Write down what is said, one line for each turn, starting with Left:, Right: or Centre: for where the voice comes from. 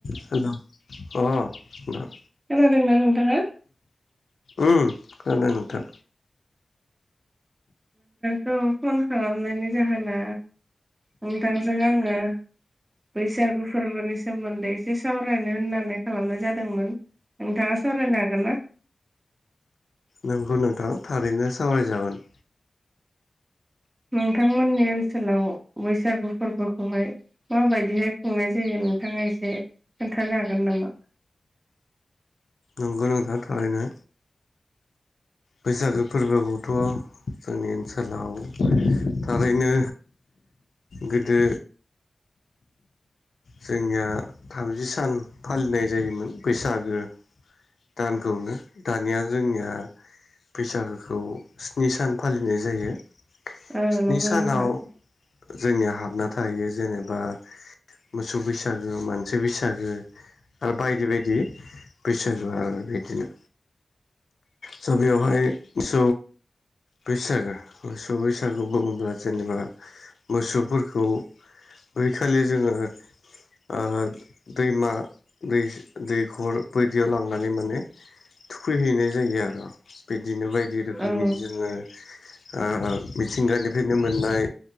Left: Hello अ नोंथां।
Right: खोनादोंना नोंथांङा
Left: उम खोनादों नोंथां।
Right: औ फन खालामनायनि जाहोना नोंथांजों आङो बैसागु फोरबोनि सोमोन्दै एसे सावरायनो होननानै खालामनाय जादोंमोन। नोंथाङा सावरायनो हागोन ना।
Left: नोंगौ नोंथां थारैनो सावरायजागोन।
Right: नोंथांमोननि ओनसोलाव बैसागु फोरबोखौहाय माबायदि हाय खुंनाय जायो। नोंथाङा एसे खोनथानो हागोन नामा।
Left: नंगौ नोंथां थारैनो। बैसागो फोरबोखौथ' जोंनि ओनसोलाव थारैनो गोदो जोंनिया थामजि सान फालिनाय जायोमोन बैसागो दानखौनो दानिया जोंनिया बैसागोखौ स्नि सान फालिनाय जायो।
Right: औ
Left: स्नि
Right: नंगौ
Left: सानाव
Right: नोंथां।
Left: जोंनिया हाबना थाहैयो जेनेबा मोसौ बैसागो मानसि बैसागो आरो बायदि बायदि बैसागो। आरो बिदिनो स बेवहाय स बैसागो मोसौ बैसागु बुङोब्ला जेनेबा मोसौफोरखौ। बैखालि जोङो। ओ दैमा दै दैखर बै बिदियाव लांनानै माने थुखैहैनाय जायो आरो बिदिनो बायदि रोखोमनि
Right: औ
Left: जोङो।
Right: <inaudible>
Left: ओ-मिथिंगानिफ्रायनो मोननाय